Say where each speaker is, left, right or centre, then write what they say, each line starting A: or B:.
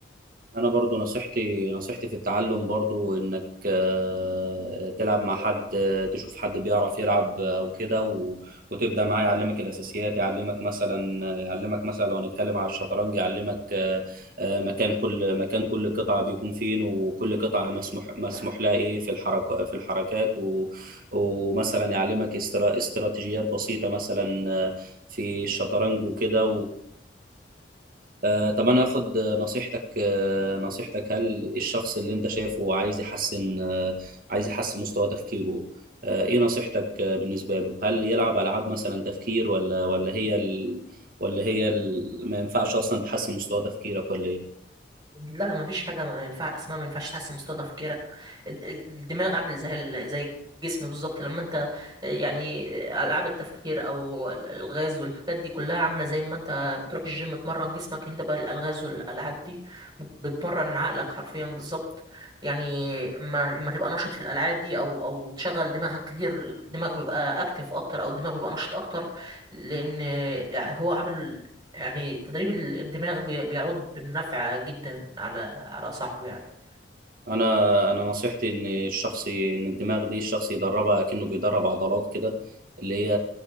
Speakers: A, on the right; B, on the right.
A: انا برضو نصيحتي نصيحتي في التعلم برضو انك آه، تلعب مع حد آه، تشوف حد بيعرف يلعب آه، او كده و- وتبدا معاه يعلمك الاساسيات يعلمك مثلا يعلمك مثلا لو هنتكلم على الشطرنج يعلمك آه، آه، مكان كل مكان كل قطعه بيكون فين وكل قطعه مسموح مسموح لها ايه في الحركه في الحركات و- ومثلا يعلمك استرا- استراتيجيات بسيطه مثلا آه، في الشطرنج وكده آه، طب انا اخد آه، نصيحتك آه، نصيحتك هل إيه الشخص اللي انت شايفه عايز يحسن آه، عايز يحسن مستوى تفكيره آه، ايه نصيحتك آه، بالنسبة له هل يلعب العاب مثلا تفكير ولا ولا هي ال... ولا هي ال... ما ينفعش اصلا تحسن مستوى تفكيرك ولا ايه
B: لا ما فيش حاجه ما ينفع اسمها ما ينفعش تحسن مستوى تفكيرك الد- الد- الدماغ عامل زي ال- زي الجسم بالظبط لما انت يعني العاب التفكير او ال- الالغاز والحاجات دي كلها عامله زي ما انت بتروح الجيم تمرن جسمك انت بقى الالغاز والالعاب دي بتمرن عقلك حرفيا بالظبط يعني ما اما تبقى نشط في الالعاب دي او او تشغل دماغك كتير الدماغ بيبقى اكتف اكتر او الدماغ بيبقى نشط اكتر لان هو عامل يعني تدريب الدماغ بي- بيعود بالنفع جدا على على صاحبه يعني
A: انا انا نصيحتي ان الشخص ان الدماغ دي الشخص يدربها كأنه بيدرب عضلات كده اللي هي